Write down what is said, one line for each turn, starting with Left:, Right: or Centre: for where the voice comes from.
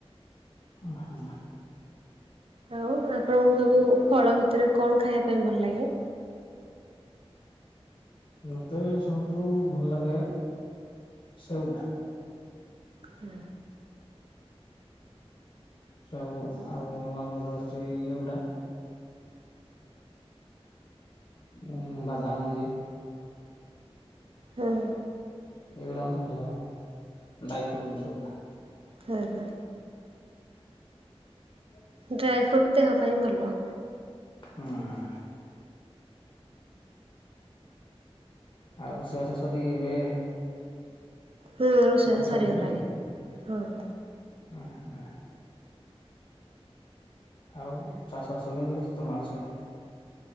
Left: ହଁ, ହଁ।
Right: ଆଉ ଆପଣଙ୍କୁ ସବୁ ଫଳ ଭିତରେ କଣ ଖାଇବା ପାଇଁ ଭଲ ଲାଗେ?
Left: ମୋତେ ସବୁଠୁ ଭଲ ଲାଗେ ସେଉ ଟା।
Right: ହୁଁ।
Left: ସେଉ ଆଉ ଆମର ଅଚି ଇଏ ଗୁଡା ଉଁ, ବାଦାମ ମଞ୍ଜି।
Right: ହଁ, ହଁ।
Left: ଏଇଗୁଡା ମୋତେ ଭଲ ଲାଗୁନ ଡ୍ରାଇଫ୍ରୁଟ୍ ଜିନିଷ ଗୁଡା।
Right: ହଁ, ହଁ।
Left: <inaudible>
Right: ଡ୍ରାଇଫ୍ରୁଟ୍ ଦେହ ପାଇଁ ଭଲ।
Left: ହଁ। ଆଉ ରୋଷେଇବାସ ସରିି ଏବେ
Right: ହୁଁ ରୋଷେଇ
Left: ବଛନ୍ତି
Right: ସରିଗଲାଣି
Left: ନାଇଁ କି?
Right: ହଁ
Left: ଅଁ, ହଁ। ଆଉ ଚାଷ ବାସ କେମିତି ହଉଚି ତୋମ ଆଡେ ସେମତି?